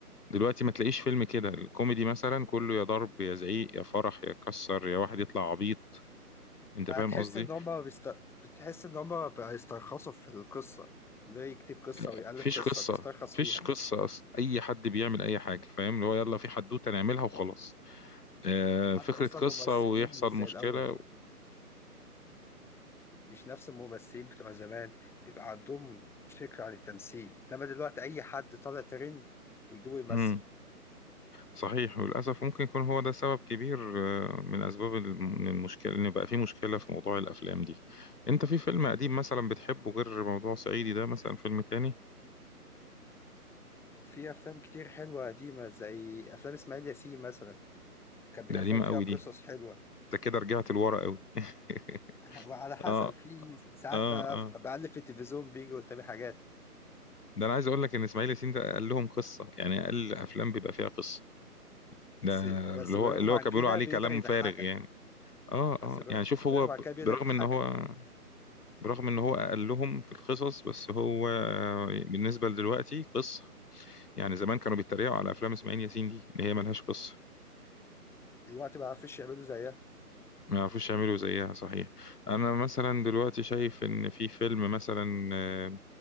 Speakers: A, on the left; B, in the centre.
A: دلوقتي ما تلاقيش فيلم كده الكوميدي مثلا كله يا ضرب يا زعيق يا فرح يا كسر يا واحد يطلع عبيط انت
B: هتحس
A: فاهم قصدي
B: ان هما بيست... بتحس ان هما بيسترخصوا في القصة ده يكتب قصة
A: آه،
B: ويألف
A: فيش
B: قصة
A: قصة
B: بيسترخص
A: فيش
B: فيها
A: قصة أصلا أي حد بيعمل أي حاجة فاهم اللي هو يلا في حدوتة نعملها وخلاص آه،
B: حتى
A: فكرة
B: اصلا
A: قصة
B: ممثلين
A: ويحصل
B: مش زي
A: مشكلة
B: الاول مش نفس الممثلين بتوع زمان بيبقى عندهم فكرة عن التمثيل إنما دلوقتي أي حد طالع ترند بيجيبه يمثل
A: اه صحيح وللأسف ممكن يكون هو ده سبب كبير آه، من أسباب الم- من المشكلة إن بقى في مشكلة في موضوع الأفلام دي أنت في فيلم قديم مثلا بتحبه غير موضوع صعيدي ده مثلا فيلم تاني
B: وفي أفلام كتير حلوة قديمة زي أفلام إسماعيل ياسين مثلا كان بي-
A: ده
B: أفلام
A: قديمة
B: فيها
A: قوي
B: قصص
A: دي
B: حلوة
A: ده كده رجعت لورا قوي <laughs>
B: أنا- وعلى حسب
A: اه
B: في ساعات
A: اه
B: بقى
A: اه
B: بقلب في التلفزيون بيجي قدامي حاجات
A: ده انا عايز اقول لك ان اسماعيل ياسين ده قال لهم قصه يعني اقل افلام بيبقى فيها قصه
B: بس
A: ده
B: بس
A: اللي
B: بالرغم
A: هو اللي
B: عن
A: هو كان
B: كده
A: بيقولوا عليه
B: بيقدر
A: كلام
B: يضحكك
A: فارغ يعني اه
B: بس
A: اه
B: بالر-
A: يعني شوف
B: بالرغم
A: هو ب-
B: عن كده بيقدر
A: برغم
B: يضحكك
A: ان هو برغم ان هو اقلهم في القصص بس هو آه، بالنسبه لدلوقتي قصه يعني زمان كانوا بيتريقوا على افلام اسماعيل ياسين دي ان هي ملهاش قصه
B: دلوقتي ما عرفش يعملوا زيها
A: ما يعرفوش يعملوا زيها صحيح انا مثلا دلوقتي شايف ان في فيلم مثلا آه،